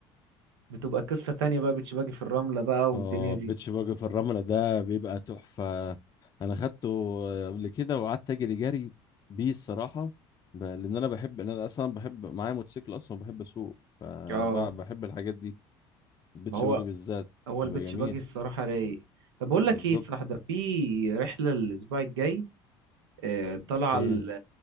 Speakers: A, on the right; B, on the left.
A: بتبقى قصة تانية بقى بيتش باجي في الرملة بقى والدنيا
B: اه
A: دي
B: بيتش باجي في الرملة ده بيبقى تحفة انا خدته قبل كده وقعدت اجري جري بيه الصراحة ب... لان انا بحب لأن انا اصلا بحب معايا موتوسيكل اصلا وبحب اسوق فانا
A: اه
B: ب... بحب الحاجات دي البيتش
A: ما هو
B: باجي بالذات
A: هو البيتش
B: بيبقى جميل
A: باجي الصراحة رايق طب بقول
B: بالظبط
A: لك ايه صراحة ده في رحلة الأسبوع الجاي آه، طالعة
B: فين
A: ل-